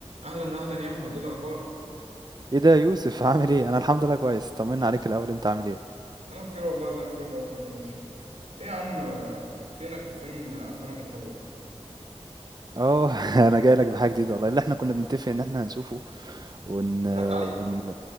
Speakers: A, on the right; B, on the right.
A: اهلا اهلا يا احمد ايه الاخبار
B: ايه ده يا يوسف <laughs> عامل ايه انا الحمد لله كويس طمنا عليك الاول انت عامل ايه
A: انا بخير والله زي الفل لو الدنيا ماشيه ايه يا عم آه، فينك وفين افلامك الحلوه
B: اه <laughs> انا جاي لك بحاجه جديده والله اللي احنا كنا بنتفق ان احنا هنشوفه ون
A: اتفرجت عليه
B: ون